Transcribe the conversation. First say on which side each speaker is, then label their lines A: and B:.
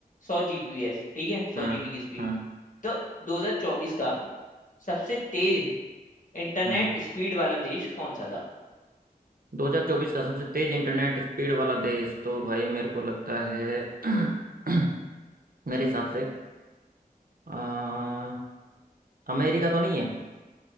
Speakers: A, on the left; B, on the right.
A: सौ जीबीपीएस ठीक है सौ
B: हम्म
A: जीबी की स्पीड
B: हम्म
A: तो 2024 का सबसे तेज इंटरनेट
B: हम्म
A: स्पीड वाला देश कौन सा था
B: 2024 का सबसे तेज इंटरनेट स्पीड वाला देश तो भाई मेरे को लगता है <clears throat> मेरे हिसाब से आ, अमेरिका तो नहीं है